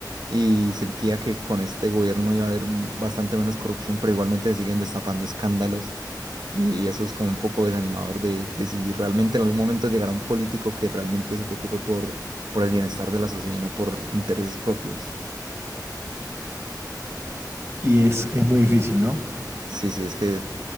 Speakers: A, on the right; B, on the right.
A: y sentía que con este gobierno iba a haber m- bastante menos corrupción, pero igualmente se siguen destapando escándalos y eso es como un poco desanimador de, de si realmente en algún momento llegará un político que realmente se preocupe por, por el bienestar de la sociedad y no por intereses propios.
B: Y es, es muy difícil, ¿no?
A: Sí, sí, es que,